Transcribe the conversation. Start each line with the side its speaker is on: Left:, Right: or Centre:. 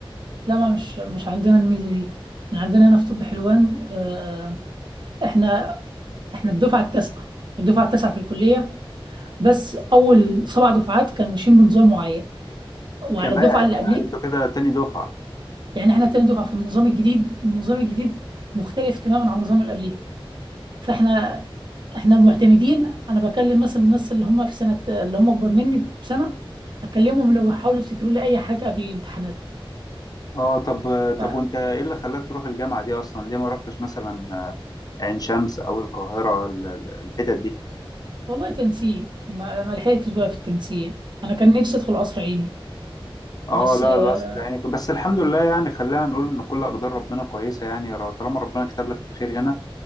Right: لا ما مش مش عندنا الميزة دي احنا عندنا هنا في طب حلوان آه، احنا احنا الدفعة التاسعة الدفعة التاسعة في الكلية بس اول سبع دفعات كانوا ماشيين بنظام معين وعلى
Left: كمان
Right: الدفعة
Left: يعني
Right: اللي قبليه
Left: أنتوا كده تاني دفعة
Right: يعني احنا تاني دفعة في النظام الجديد والنظام الجديد مختلف تماما عن النظام اللي قبليه فاحنا احنا معتمدين انا بكلم مثلا الناس اللي هم في سنه اللي هم اكبر مني بسنه اكلمهم لو حاولوا يفتكروا لي اي حاجه قبل الامتحانات
Left: اه طب آه، طب
Right: ف-
Left: وأنت إيه اللي خلاك تروح الجامعة دي أصلا ليه ما رحتش مثلا آه، عين شمس أو القاهرة ال- ال- الحتت دي
Right: والله تنسيق ما, ما لحقتش بقى في التنسيق انا كان نفسي ادخل قصر عيني
Left: اه
Right: بس
Left: لا
Right: آه،
Left: لا أصل يعني بس الحمد لله يعني خلينا نقول ان كل اقدار ربنا كويسه يعني را- طالما ربنا كتب لك الخير هنا